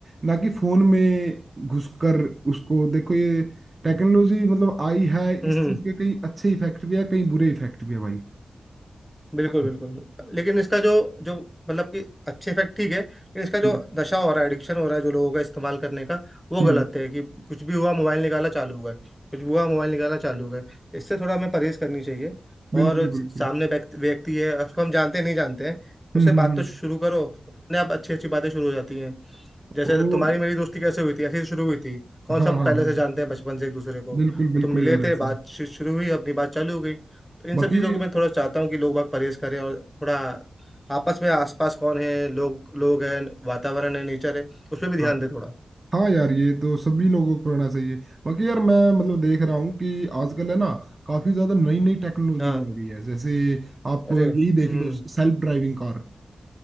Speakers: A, on the right; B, in the centre.
A: ना कि फोन में घुसकर उसको देखो ये टेक्नोलॉजी मतलब आई है
B: हम्म
A: इस
B: हम्म।
A: चीज़ के कहीं अच्छे इफेक्ट भी है कहीं बुरे इफेक्ट भी है भाई
B: बिल्कुल
A: है
B: बिल्कुल
A: ना?
B: लेकिन इसका जो जो मतलब कि अच्छे इफेक्ट ठीक है लेकिन इसका जो
A: हम्म
B: नशा हो रहा है एडिक्शन हो रहा है जो लोगों का इस्तेमाल करने का वो
A: हम्म,
B: गलत है कि कुछ भी हुआ मोबाइल निकाला चालू हो गए कुछ भी हुआ मोबाइल निकाला चालू हो गए इससे थोड़ा हमें परहेज करनी चाहिए और
A: बिल्कुल
B: सामने
A: बिल्कुल
B: व्यक्ति व्यक्ति है उसको हम जानते नहीं जानते हैं
A: हम्म
B: उससे
A: हम्म
B: बात
A: हम्म।
B: तो शुरू करो अपने आप अच्छी अच्छी बातें शुरू हो जाती हैं जैसे
A: और
B: तुम्हारी मेरी दोस्ती कैसे हुई थी ऐसे ही शुरू हुई थी कौन
A: हाँ
B: सा हम
A: हाँ
B: पहले
A: हाँ
B: से जानते हैं बचपन से एक दूसरे को वो
A: बिल्कुल बिल्कुल
B: तो मिले
A: यार
B: थे
A: ऐसे
B: बातचीत
A: ही
B: शुरू हुई अपनी बात चालू हो गई तो इन
A: बाकी
B: सब चीज़ों को मैं थोड़ा चाहता हूँ कि लोग बाग परहेज करें और थोड़ा आपस में आसपास कौन है लोग लोग हैं वातावरण है नेचर है उस पर भी ध्यान
A: हाँ
B: दे थोड़ा
A: हाँ यार ये तो सभी लोगों को करना चाहिए बाकी यार मैं मतलब देख रहा हूँ कि आजकल है ना काफी ज्यादा नई नई टेक्नोलॉजी
B: हाँ
A: भी आ गई है जैसे आप
B: अरे
A: यही
B: हम्म
A: देख लो सेल्फ ड्राइविंग कार